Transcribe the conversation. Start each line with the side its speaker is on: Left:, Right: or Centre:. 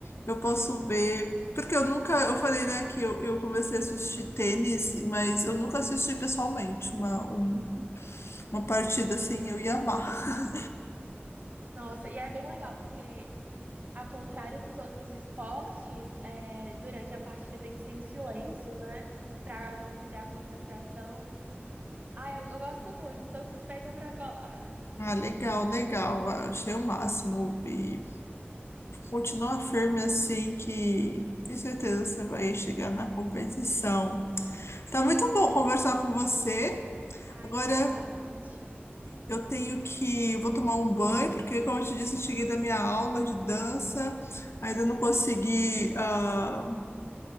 Left: eu posso ver. Porque eu nunca, eu falei, né, que eu, eu comecei a assistir tênis, mas eu nunca assisti pessoalmente uma, um- uma partida assim, eu ia amar. <laughs>
Right: Nossa, e é bem legal, porque ao contrário dos outros esportes, é, durante a partida tem que ser em silêncio, né? Para não perder a concentração. Ah, eu, eu gosto muito, sou suspeita pra falar.
Left: Ah, legal, legal, Ah, achei o máximo. E continua firme assim, que tenho certeza que você vai chegar na competição. Tá muito bom conversar com você.
Right: Ah,
Left: Agora
Right: espero bastante.
Left: Eu tenho que. Vou tomar um banho, porque, como eu te disse, eu cheguei da minha aula de dança, ainda não consegui, ah,